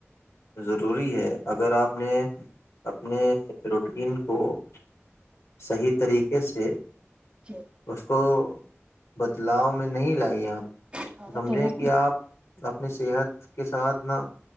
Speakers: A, on the left (about 80°); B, on the right (about 25°).
A: ضروری ہے اگر آپ نے اپنے روٹین کو <unintelligible> صحیح طریقے سے <unintelligible>
B: جو
A: اسس کو <unintelligible> بدلاؤ میں نہیں لائییا <unintelligible>
B: تھا
A: سمجھیں
B: تو
A: کہ آپ <unintelligible> اپنی صحت کے ساتھ نہ <unintelligible>